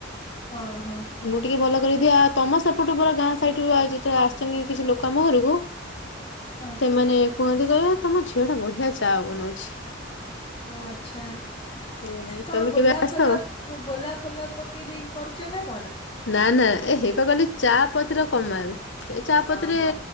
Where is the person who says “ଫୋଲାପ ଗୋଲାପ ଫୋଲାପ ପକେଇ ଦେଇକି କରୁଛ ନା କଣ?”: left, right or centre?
Left